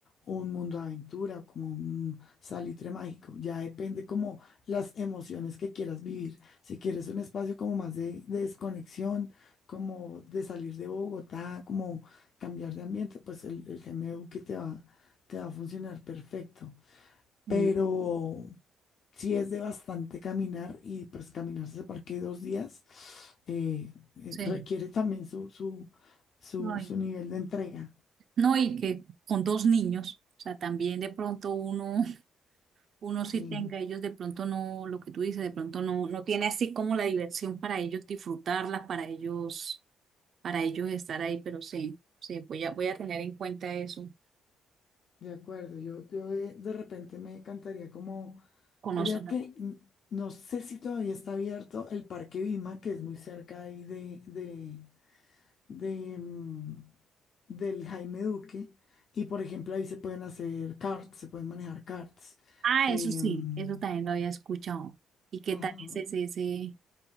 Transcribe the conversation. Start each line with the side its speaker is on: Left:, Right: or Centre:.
Left: un mundo de aventura o como un salitre mágico. Ya depende como las emociones que quieras vivir. Si quieres un espacio como más de, de desconexión, como de salir de Bogotá, como cambiar de ambiente, pues el, el GMU que te va te va a funcionar perfecto.
Right: Eh,
Left: Pero si es de bastante caminar y pues caminarse ese parque dos días, eh, eh,
Right: Sí.
Left: requiere también su, su, su,
Right: No,
Left: su nivel de entrega.
Right: No, y que con dos niños, o sea, también de pronto uno, <laughs> uno
Left: Sí,
Right: sí tenga, ellos de pronto no, lo que tú dices, de pronto no, no tiene así como la diversión para ellos disfrutarla, para ellos, para ellos estar ahí, pero sí, sí, voy a, voy a tener en cuenta eso,
Left: de acuerdo. Yo, yo de, de repente me encantaría como,
Right: conocerlo.
Left: creo que, mm, no sé si todavía está abierto el Parque Vima, que es muy cerca ahí de, de, de, mm, del Jaime Duque. Y por ejemplo, ahí se pueden hacer karts, se pueden manejar karts.
Right: Ah,
Left: em,
Right: eso sí, eso también lo había escuchado. ¿Y qué
Left: ajá.
Right: tal es ese, ese,